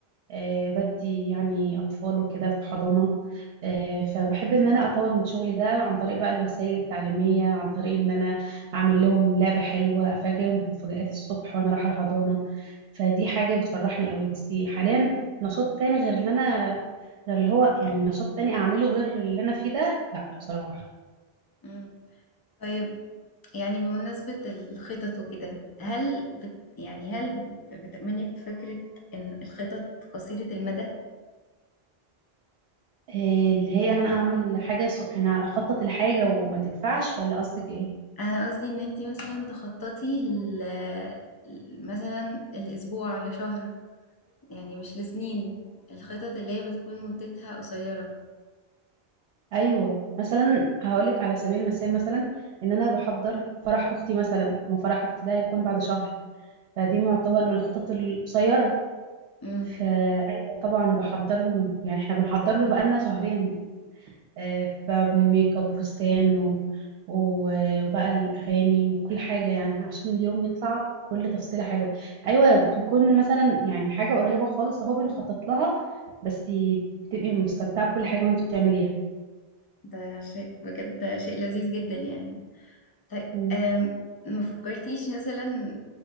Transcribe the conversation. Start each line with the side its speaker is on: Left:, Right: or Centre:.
Right: آه، بدي يعني أطفال وكده في حضانة آه، فبحب إن أنا أطور من شغلي ده عن طريق بقى الوسائل التعليمية عن طريق إن أنا أعمل لهم لعبة حلوة أفاجئهم بمفاجآت الصبح وأنا رايحة الحضانة فدي حاجة بتفرحني قوي بس حاليا نشاط تاني غير اللي أنا غير اللي هو يعني نشاط تاني أعمله غير اللي أنا فيه ده لأ بصراحة
Left: مم. طيب يعني بمناسبة الخطط وكده هل بت يعني هل بت- بتأمني بفكرة إن الخطط قصيرة المدى؟
Right: آه، اللي هي إن أنا أعمل حاجة ص- أنا أخطط لحاجة وما تنفعش ولا قصدك إيه؟
Left: أنا قصدي إن أنتي مثلا تخططي ل- مثلا الأسبوع لشهر يعني مش لسنين الخطط اللي هي بتكون مدتها قصيرة
Right: ايوه مثلا هقولك على سبيل المثال مثلا ان انا بحضر فرح اختي مثلا وفرح اختي ده هيكون بعد شهر فدي يعتبر من الخطط القصيره
Left: امم
Right: فايوه طبعا بحضر له يعني احنا بنحضر له بقالنا شهرين آه، بقى من ميك اب وفستان و... و- وبقى الاغاني وكل حاجه يعني عشان اليوم يطلع بكل تفصيله حلوه ايوه بيكون مثلا يعني حاجه قريبه خالص اهو بنخطط لها بس بتبقي مستمتعه بكل حاجه وانت بتعمليها
Left: ده شيء بجد ده شيء لذيذ جدا يعني طيب
Right: مم.
Left: أم ما فكرتيش مثلا